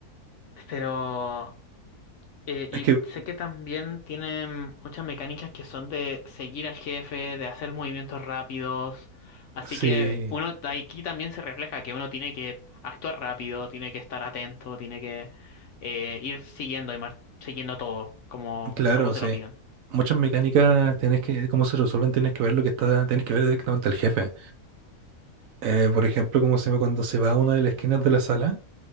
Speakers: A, on the left (about 65°); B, on the right (about 70°).
A: pero Eh,
B: Es
A: y
B: que,
A: sé que también tienen muchas mecánicas que son de seguir al jefe, de hacer movimientos rápidos. Así
B: sí,
A: que uno t- aquí también se refleja que uno tiene que actuar rápido, tiene que estar atento, tiene que eh, ir siguiendo y mar- siguiendo todo como,
B: claro,
A: como se
B: sí.
A: lo piden.
B: Muchas mecánicas tenés que, cómo se resuelven, tenés que ver lo que está, tenés que ver directamente al jefe. Eh, por ejemplo, como se llama cuando se va a una de las esquinas de la sala